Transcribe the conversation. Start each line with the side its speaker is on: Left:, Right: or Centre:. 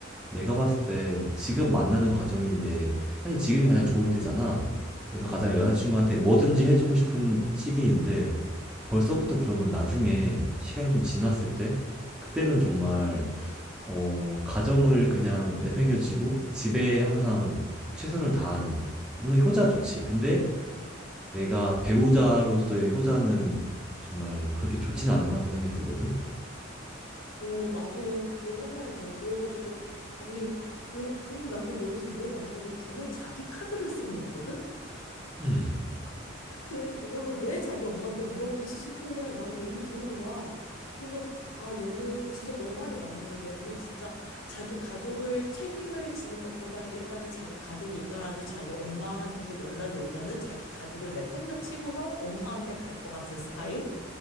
Centre: 내가 봤을 때 지금 만나는 과정인데 사실 지금이 가장 좋을 때잖아. 그래서 가장 여자친구한테
Left: 그치?
Centre: 뭐든지 해주고 싶은 시기인데 벌써부터 그러면 나중에 시간이 좀 지났을 때 그때는 정말 어, 가정을 그냥 내팽겨치고 집에 항상 최선을 다하는 물론 효자 좋지. 근데 내가 배우자로서의 효자는 정말 그렇게 좋지는 않은 것 같다는 생각이 들거든.
Left: 어, 나도 그런 생각이 들어. 그래가지고, 아니, 그, 그리고 나는 여기서 이해가 안 가는 게 분명히 자기 카드를 쓰는 거거든?
Centre: 음.
Left: 근데 그거를 왜 자기 엄마한테 물어보지 싶은 게 난 너무 이상한 거야. 그래서 아 얘는 진짜 너 말이 맞네. 얘는 진짜 자기 가족을 책임을 지는 것보다 일단은 자기 가족이 있더라도 자기 엄마한테서 연락이 오면은 자기 가족을 내팽겨 치고서 엄마한테 갈 것 같은 스타일.